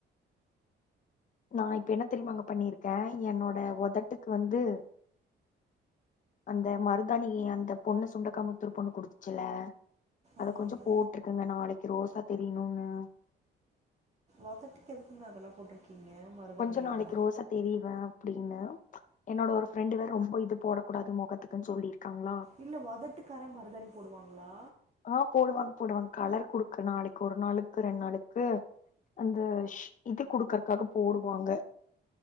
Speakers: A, on the left; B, on the right.
A: நா இப்ப என்ன தெரியுமாங்க பண்ணிருக்கே என்னோட உதட்டுக்கு வந்து அந்த மருதாணி அந்த பொண்ணு சுண்டக்காமுத்தூர் பொண்ணு குடுத்துச்சுல அத
B: ஆமாங்க
A: கொஞ்சோ போட்டுருக்கங்க நாளைக்கு ரோசா தெரியணுனு
B: ஒதட்டுக்கு எதுக்குங்க அதல்லா போட்ருக்கீங்க மருதாணி
A: கொஞ்ச நாளைக்கு
B: எல்லா
A: ரோஸ்ஸ தெரிவே அப்டின்னு என்னோட ஒரு ஃப்ரெண்டு வேற ரொம்ப இது போடக்கூடாது மொகத்துக்குன் சொல்லியிருக்காங்ளா
B: இல்ல ஒதட்டுக்காரா மருதாணி போடுவாங்களா
A: அ போடுவாங் போடுவாங் கலர் குடுக்க நாளைக்கு ஒரு நாளுக்கு ரெண் நாளுக்கு அந்த ஷ் இது குடுக்கறக்காக போடுவாங்க